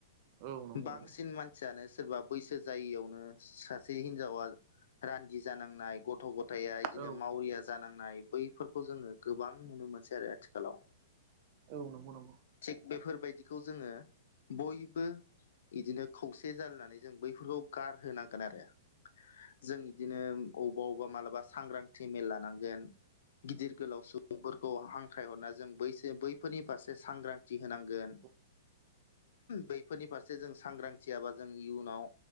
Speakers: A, on the right; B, on the left.
A: औ औ नंगौ
B: बांसिन
A: नंगौ
B: मानसियानो सोरबा बैसो जायियावनो सासे हिनजावा रान्दि जानांनाय गथ' गथाया बिदिनो
A: औ
B: मावरिया जानांनाय बैफोरखौ जोङो गोबां नुनो मोनसै आरो आथिखालाव
A: औ नंगौ नंगौ।
B: थिग बेफोरबायदिखौ जोङो बयबो बिदिनो खौसे जालायनानै जों बैफोरखौ गारहोनांगोन आरो जों बिदिनो अबा अबेबा मालाबा सांग्रांथि मेल लानांगोन गिदिर गोलाव सुबुंफोरखौ हांख्रायहरना जों बैसो बैफोरनि फारसे सांग्रां थि होनांगोन
A: औ
B: बैफोरनि फारसे जों सांग्रांथियाबा जों इयुनाव